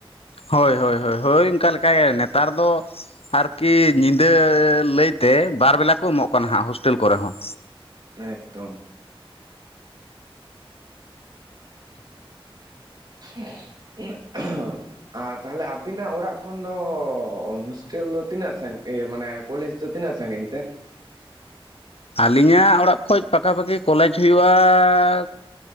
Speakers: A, on the left; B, on the right.
A: ᱦᱳᱭ ᱦᱳᱭ ᱦᱳᱭ ᱦᱳᱭ ᱚᱱᱠᱟ ᱞᱮᱠᱟ ᱜᱮ ᱱᱮᱛᱟᱨ ᱫᱚ ᱟᱨᱠᱤ ᱧᱤᱫᱟᱹ ᱞᱟᱹᱭᱛᱮ ᱵᱟᱨ ᱵᱮᱞᱟ ᱠᱚ ᱮᱢᱚᱜ ᱠᱟᱱᱟ ᱦᱟᱸᱜ ᱦᱳᱥᱴᱮᱞ ᱠᱚᱨᱮ ᱦᱚᱸ᱾
B: ᱮᱠᱫᱚᱢ <unintelligible> ᱟᱨ ᱛᱟᱦᱞᱮ ᱟᱵᱤᱱᱟᱜ ᱚᱲᱟᱜ ᱠᱷᱚᱱ ᱫᱚ ᱦᱳᱥᱴᱮᱞ ᱫᱚ ᱛᱤᱱᱟᱹᱜ ᱥᱟᱸ ᱤᱭᱟᱹ ᱢᱟᱱᱮ ᱠᱚᱞᱮᱡ ᱫᱚ ᱛᱤᱱᱟᱹᱜ ᱥᱟᱸᱜᱤᱧ ᱛᱮ?
A: ᱟᱞᱤᱧᱟᱜ ᱚᱲᱟᱜ ᱠᱷᱚᱡ ᱯᱟᱠᱷᱟ ᱯᱟᱠᱷᱤ ᱠᱚᱞᱮᱡ ᱦᱩᱭᱩᱜᱼᱟᱻᱟ